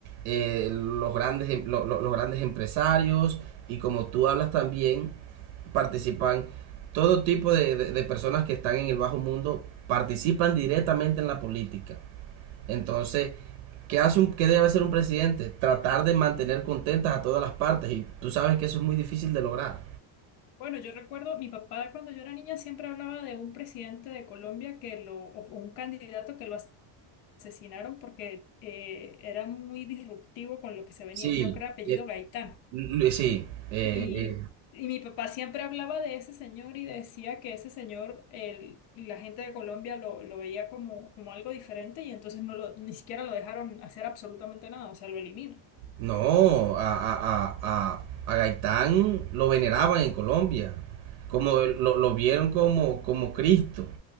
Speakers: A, on the right; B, on the left.
A: eh, los, grandes, em- lo- lo- los grandes empresarios y como tú hablas también, participan todo tipo de, de- de personas que están en el bajo mundo, participan directamente en la política. Entonces, ¿qué, hace un, ¿qué debe hacer un presidente? Tratar de mantener contentas a todas las partes y tú sabes que eso es muy difícil de lograr.
B: Bueno, yo recuerdo, mi papá cuando yo era niña siempre hablaba de un presidente de Colombia que lo, o un candidato que lo asesinaron porque eh, era muy disruptivo con lo que se venía,
A: Sí,
B: creo que era apellido
A: eh,
B: Gaitán.
A: l- sí, eh,
B: Y,
A: eh,
B: y mi papá siempre hablaba de ese señor y decía que ese señor, el, la gente de Colombia lo, lo veía como, como algo diferente y entonces no lo, ni siquiera lo dejaron hacer absolutamente nada, o sea, lo eliminó.
A: no, a, a- a- a- a Gaitán lo veneraban en Colombia, como lo, lo vieron como, como Cristo.